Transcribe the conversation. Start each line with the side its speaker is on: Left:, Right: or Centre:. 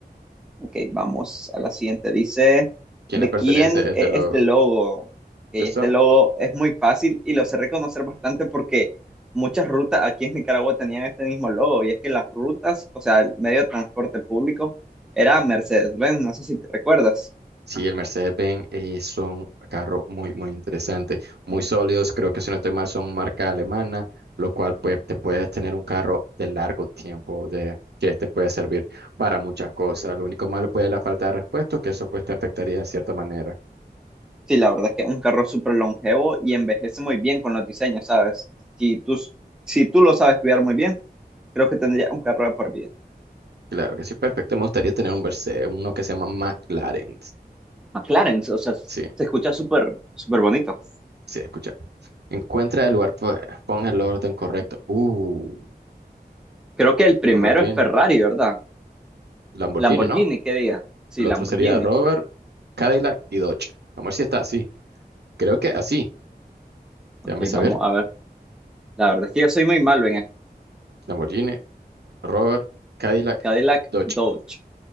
Centre: Ok, vamos a la siguiente. Dice,
Right: quién
Centre: ¿de
Right: le pertenece
Centre: quién
Right: este
Centre: e-,
Right: logo.
Centre: es este logo? Ok, este
Right: Estos son,
Centre: logo es muy fácil y lo sé reconocer bastante porque muchas rutas aquí en Nicaragua tenían este mismo logo y es que las rutas, o sea, el medio de transporte público era Mercedes-Benz, no sé si te recuerdas.
Right: sí, el Mercedes-Benz eh, son carros muy, muy interesantes, muy sólidos, creo que si no estoy mal son marca alemana, lo cual pues te puedes tener un carro de largo tiempo, de que te puede servir para muchas cosas. Lo único malo puede ser la falta de repuestos, que eso pues te afectaría de cierta manera.
Centre: Sí, la verdad es que es un carro súper longevo y envejece muy bien con los diseños, ¿sabes? Si tú, si tú lo sabes cuidar muy bien, creo que tendría un carro de por vida.
Right: Claro que sí, perfecto. Me gustaría tener un Verse, uno que se llama McLaren.
Centre: McLaren, o sea, se
Right: Sí,
Centre: escucha súper, súper bonito.
Right: sí, escucha. Encuentra el lugar, po- pon el orden correcto. Uh,
Centre: Creo que el primero
Right: Lamborghini.
Centre: es Ferrari, ¿verdad?
Right: Lamborghini,
Centre: Lamborghini,
Right: ¿no?
Centre: ¿qué diga? Sí,
Right: El
Centre: Lamborghini.
Right: otro sería Rover, Cadillac y Dodge. Vamos a ver si está así. Creo que así.
Centre: Ok,
Right: Déjame saber.
Centre: vamos a ver. La verdad es que yo soy muy malo en esto.
Right: Lamborghini, Rover, Cadillac,
Centre: Cadillac
Right: Dodge.
Centre: Dodge.